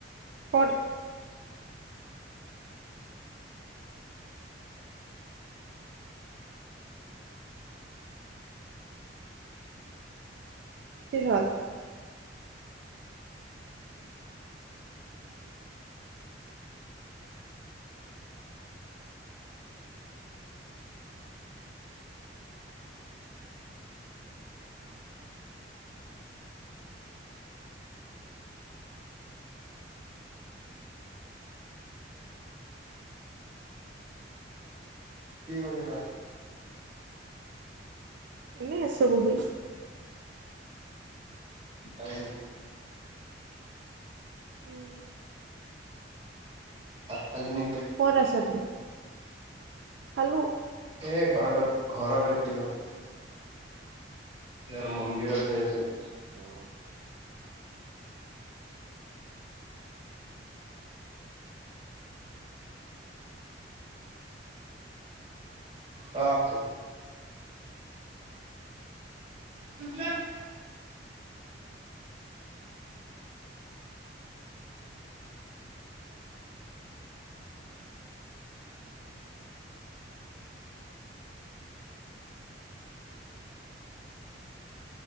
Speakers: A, on the right; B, on the right.
A: <inaudible> কি হ'ল?
B: কি কৰিছা?
A: এনেই আছো, বহি।
B: হয় নেকি?
A: উম
B: ভাত খালি নে কি?
A: ক'ত আছা তুই? খালো।
B: এ ঘৰত আছি ঘৰত আছিলো। ইয়াৰ মন্দিৰত গৈ আছো।
A: অ',
B: ক। <unintelligible>